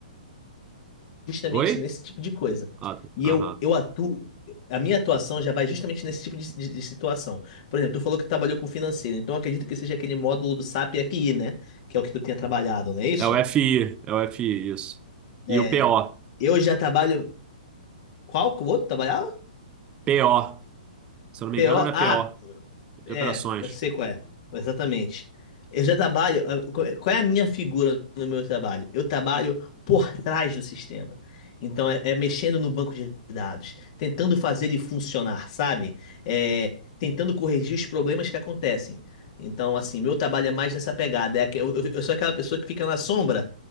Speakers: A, on the left; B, on the right.
A: justamente
B: Oi?
A: nesse tipo de coisa.
B: Ah,
A: E
B: aham.
A: eu, eu atuo, a minha atuação já vai justamente nesse tipo de, de- de situação. Por exemplo, tu falou que trabalhou com financeiro, então eu acredito que seja aquele módulo do SAP FI, né? Que é o que tu tenha trabalhado, não é isso?
B: É o FI, é o FI, isso. E
A: É.
B: o P O
A: Eu já trabalho. Qual que o outro trabalhava?
B: P O Se eu não me
A: PO.
B: engano, ele é PO,
A: Ah,
B: de
A: É,
B: operações.
A: eu sei qual é. Exatamente. Eu já trabalho. a- Qual é é a minha figura no meu trabalho? Eu trabalho por trás do sistema. Então, é, é mexendo no banco de dados, tentando fazer ele funcionar, sabe? É, tentando corrigir os problemas que acontecem. Então, assim, meu trabalho é mais nessa pegada. É, aque- eu, eu- eu sou aquela pessoa que fica na sombra,